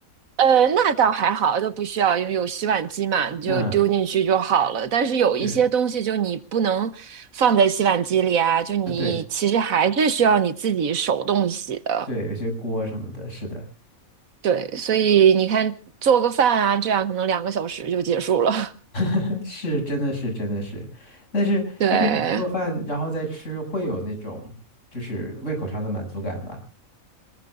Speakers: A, on the right; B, on the left.
A: 呃，那倒还好，都不需要，因为有洗碗机嘛，你就丢进去就好了。
B: 嗯，
A: 但是有一些东西，
B: 是，
A: 就你不能放在洗碗机里啊，就你其实还是需要你自己手动洗的。
B: 啊，对对，有些锅什么的，是的，
A: 对，所以你看，做个饭啊，这样可能两个小时就结束了。
B: <laughs> 是真的是真的是，但是但是你做饭然后再吃，
A: <laughs> 对，
B: 会有那种就是胃口上的满足感吧？